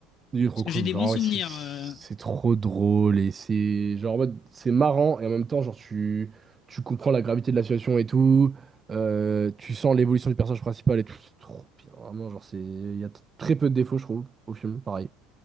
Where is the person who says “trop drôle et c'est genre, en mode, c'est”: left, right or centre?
Right